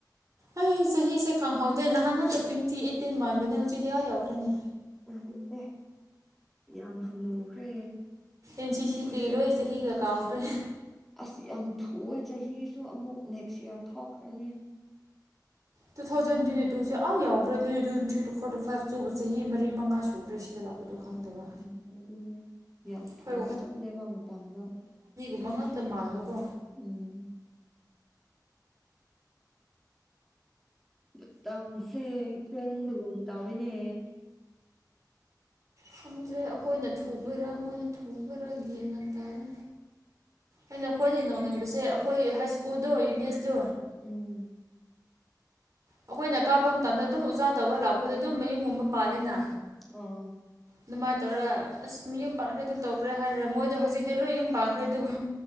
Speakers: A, on the right; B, in the centre.
A: ꯑꯩ ꯆꯍꯤꯁꯦ ꯈꯪꯍꯧꯗꯦ ꯅꯍꯥꯟ ꯉꯥꯛꯇ ꯇ꯭ꯋꯦꯟꯇꯤ ꯑꯩꯠꯇꯤꯟ ꯃꯥꯟꯕꯅꯦ ꯍꯧꯖꯤꯛꯇꯤ ꯑꯥ ꯌꯥꯎꯈ꯭ꯔꯦꯅꯦ
B: ꯑꯗꯨꯅꯦ ꯌꯥꯝ ꯍꯟꯅꯨꯈ꯭ꯔꯦ
A: ꯏꯟꯁꯤꯁꯤꯗꯒꯤ
B: ꯑꯩꯈꯣꯏꯁꯦ
A: ꯂꯣꯏ ꯆꯍꯤꯒ ꯀꯥꯎꯈ꯭ꯔꯦ
B: ꯑꯁ ꯌꯥꯝ ꯊꯨꯑꯦ ꯆꯍꯤꯁꯨ ꯑꯃꯨꯛ ꯅꯦꯛꯁ ꯏꯌꯥꯔ ꯊꯣꯛꯈ꯭ꯔꯅꯤ
A: ꯇꯨꯊꯥꯎꯖꯟ ꯇꯣꯢꯟꯇꯤꯇꯨ ꯁꯦ ꯑ ꯌꯧꯈꯔꯗꯤ ꯇꯨ ꯊꯔꯤ ꯐꯣꯔ ꯐꯥꯢ꯭ꯕ ꯆꯍꯤ ꯃꯉꯥ ꯁꯨꯈꯔꯦ ꯁꯤꯗ ꯂꯥꯛꯄꯗꯣ ꯈꯪꯗꯕ
B: ꯎꯝ ꯑꯗꯨꯅꯦ ꯌꯥꯝ
A: ꯑꯩꯈꯣꯏ
B: ꯊꯨꯅ ꯆꯠꯂꯦꯕ ꯃꯇꯝꯗꯣ
A: ꯃꯉꯛꯇ ꯃꯥꯟꯕꯀꯣ
B: ꯎꯝ ꯃꯇꯝꯁꯦ ꯆꯦꯟꯕꯒꯨꯝ ꯇꯧꯏꯅꯦ
A: ꯈꯪꯗ꯭ꯔꯦ ꯑꯩꯈꯣꯏꯅ ꯊꯨꯕꯔꯥ ꯃꯣꯏꯅ ꯊꯨꯕꯔꯥ ꯒꯤꯌꯥꯟ ꯃꯦꯟ ꯇꯗꯦ ꯑ ꯅꯈꯣꯏꯗꯒꯤ ꯅꯣꯛꯅꯤꯡꯕꯁꯦ ꯑꯩꯈꯣꯏ ꯍꯥꯏ ꯁ꯭ꯀꯨꯜꯗꯣ ꯌꯨ ꯕꯤ ꯑꯦꯁꯇꯣ
B: ꯎꯝ
A: ꯑꯩꯈꯣꯏꯅ ꯀꯥꯕ ꯃꯇꯝꯗ ꯑꯗꯨꯝ ꯑꯣꯖꯥ ꯇꯧꯕ ꯂꯥꯎꯄꯗ ꯑꯗꯨꯝ ꯃꯌꯨꯝꯒꯨꯝꯕ ꯄꯥꯜꯂꯦꯅ
B: ꯑ
A: ꯑꯗꯨꯃꯥꯏꯅ ꯇꯧꯔ ꯑꯁ ꯌꯨꯝ ꯄꯥꯟꯈ꯭ꯔꯦꯗꯨ ꯇꯧꯈ꯭ꯔꯦ ꯍꯥꯏꯔꯦ ꯃꯣꯏꯗꯣ ꯍꯧꯖꯤꯛꯇꯤ ꯂꯣꯏ ꯌꯨꯝ ꯄꯥꯟꯈ꯭ꯔꯦ ꯑꯗꯨꯕꯨ